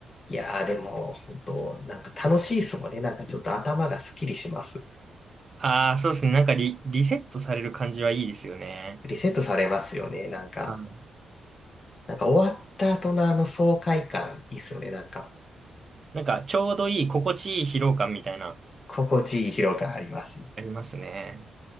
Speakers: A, on the left; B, on the right.
A: いやーでも本当、なんか楽しいですもんね。なんかちょっと頭がスッキリします。
B: ああ、そうですね。なんかリ、リセットされる感じはいいですよね。
A: リセットされますよね。なんか、
B: あの、
A: なんか終わった後のあの爽快感、いいっすよね。なんか、
B: なんか、ちょうどいい、心地いい疲労感みたいな、
A: 心地いい疲労感あります。
B: ありますね。